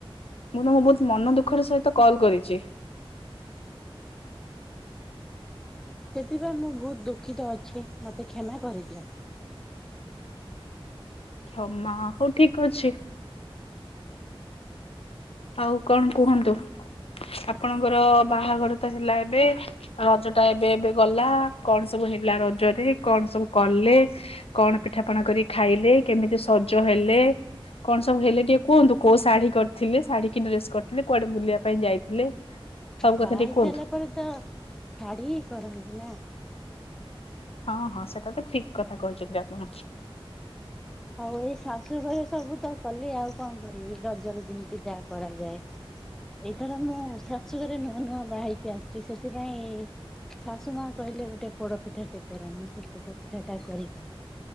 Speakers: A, on the left; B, in the centre.
A: ମୁଁ ତମକୁ ବହୁତ ମନ ଦୁଃଖର ସହିତ କଲ୍ କରିଛି।
B: ସେଥିପାଇଁ ମୁଁ ବହୁତ ଦୁଃଖିତ ଅଛି ମତେ କ୍ଷମା କରିଦିଅ।
A: କ୍ଷମା ହଉ ଠିକ ଅଛି। ଆଉ କଣ କୁହନ୍ତୁ, ଆପଣଙ୍କର ବାହାଘର ତ ହେଲା ଏବେ। ରଜ ଟା ଏବେ ଏବେ ଗଲା କଣ ସବୁ ହେଲା ରଜରେ କଣ ସବୁ କଲେ? କଣ ପିଠାପଣା କରି ଖାଇଲେ କେମିତି ସଜ ହେଲେ? କଣ ସବୁ ହେଲେ ଟିକେ କୁହନ୍ତୁ କୋଉ ଶାଢୀ କରି ଥିଲେ ଶାଢୀ କିି ଡ୍ରେସ କରିଥିଲେ କୁଆଡେ ବୁଲିବା ପାଇଁ ଯାଇଥିଲେ? ସବୁ
B: ବାହା
A: କଥା ଟିକେ
B: ହେଇ
A: କୁହନ୍ତୁ
B: ସାରିଲା ପରେ ତ ଶାଢୀ କରନ୍ତି ନା।
A: ହଁ ହଁ ସେଟା ତ ଠିକ କଥା କହିଛନ୍ତି ଆପଣ।
B: ଆଉ ଏଇ ଶାଶୁ ଘରେ ସବୁ ତ କଲି ଆଉ କଣ କରିବି ରଜରେ ଯେମିତି ଯାହା କରାଯାଏ। ଏଇଥର ମୁଁ ଶାଶୁଘରେ ନୂଆ ନୂଆ ବାହାଇକି ଆସିୁଛି ସେଥିପାଇଁ- ଶାଶୁ ମା କହିଲେ ଗୋଟେ ପୋଡପିଠା ଟେ କର ମୁଁ ସେଇ ପୋଡ ପିଠା ଟା କରିଛି।